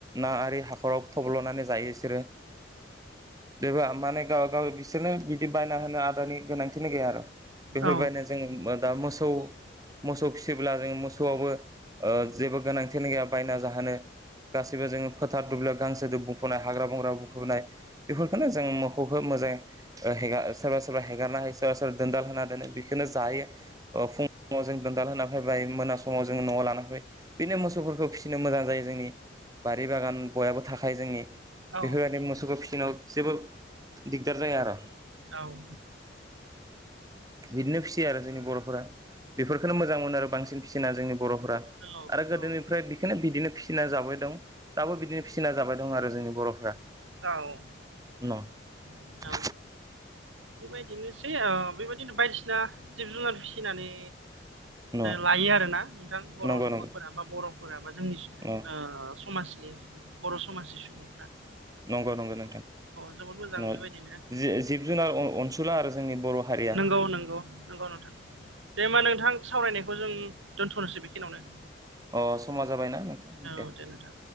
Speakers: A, on the right; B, on the right.
A: ना आरि हाखराव थब्ल'नानै जायो बिसोरो।
B: <inaudible>
A: बेबा माने गाव गाव बिसोरनो बिदि बायना होनो आदारनि गोनांथिनि गैया आरो। बेफोरबायदिनो
B: औ
A: जों मो दा मोसौ मोसौ फिसिब्ला जों मोसौ। सौआवबो ओ जेबो गोनांथियानो गैया बायना जाहोनो। गासैबो जोङो फोथार दुब्लियाव गांसोजों बुंफ'नाय हाग्रा बंग्रा बुंफबनाय बेफोरफोरखौनो जों मोखौ <unintelligible> सोरबा सोरबा हेारना हो सोरबा सोरबा दोनदाल होना दोनो बेखौनो जायो ओ फुं। ङाव जों गोनदान होना फैबाय मोनास। समाव जोङो न'आव लान फै बिदिनो मोसौफोरखौ फिसिनो मोजां जायो जोंनि। बारि बागान बयहाबो थाखायो जोंनि।
B: नंगौ
A: बेफोरदि
B: नंगौ औ नंगौ औ
A: मोसौखौ फिसिनायाव जेबो दिग्दार जाया आरो।
B: औ ओ।
A: बिदिनो फिसियो आरो जोंनि बर'फोरा बेफोरखौनो मोजां मोनो आरो बांसिन। सिना जोंनि बर'फोरा
B: औ
A: आरो गोदोनिफ्राय बेखोनो बिदिनो फिसिना जाबाय दं दाबो बिदिनो फिसिना जाबाय दं आरो जोंनि बर'फ्रा।
B: औ
A: न'
B: औ
A: <unintelligible>
B: बेबायदिनोसै बेबायदिनो बायदिसिना जिब जुनार फिसिनानै
A: न'
B: लायो आरोना नोंथां बर'
A: नंगौ
B: न'खरफोरा
A: नंगौ
B: बा बर'फोरा बा जोंनि
A: न'
B: समाज <unintelligible> बर' समाजनि सुबुं
A: नंगौ नंगौ नोंथां
B: जोबोद मोजां बेबायदिनो
A: जि जिब जुनार अनसुला आरो जोंनि बर' हारिया
B: नंगौ नंगौ नंगौ नोंथां। दे होम्बा नोंथां सावरायनायखौ जों दोन्थ'नोसै बेखिनियावनो।
A: अ समा जाबायना नोंथां। दे।
B: औ नोंथां